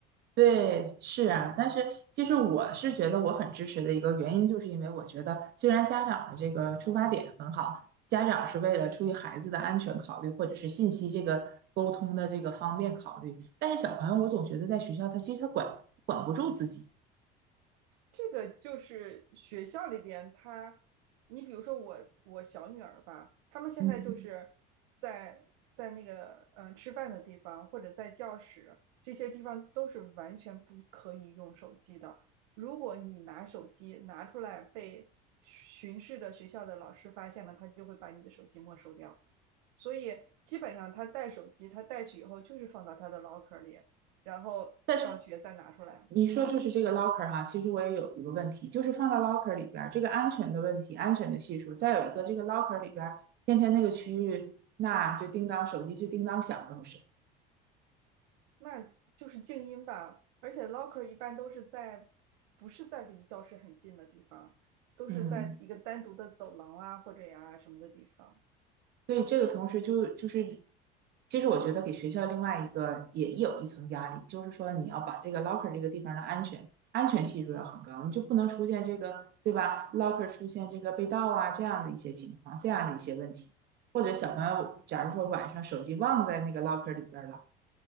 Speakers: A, on the right; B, on the right.
A: 对，是啊，但是其实我是觉得我很支持的一个原因，就是因为我觉得虽然家长的这个出发点很好，家长是为了出于孩子的安全考虑，或者是信息这个沟通的这个方便考虑，但是小朋友我总觉得在学校他其实他管管不住自己，
B: 这个就是学校里边他，你比如说我我小女儿吧，他们现在就是在在那个嗯、
A: 嗯，
B: 呃吃饭的地方或者在教室这些地方都是完全不可以用手机的。如果你拿手机拿出来被巡视的学校的老师发现了，他就会把你的手机没收掉。所以基本上他带手机，他带去以后就是放到他的 l 壳 c 里，然后放学再拿出来。
A: 但是你说就是这个 locker 哈，其实我也有一个问题，就是放到 locker 里边儿这个安全的问题，安全的系数，再有一个这个 locker 里边儿天天那个区域，那就叮当手机就叮当响了，不是？
B: 那就是静音吧。而且 locker 一般都是在，不是在离教室很近的地方，都是在一个单独的走廊啊或者呀、
A: 嗯。
B: 什么的地方。
A: 所以这个同时就就是，其实我觉得给学校另外一个也有一层压力，就是说你要把这个 locker 这个地方的安全安全系数要很高，你就不能出现这个对吧？locker 出现这个被盗啊这样的一些情况，这样的一些问题，或者小朋友假如说晚上手机忘在那个 locker 里边了，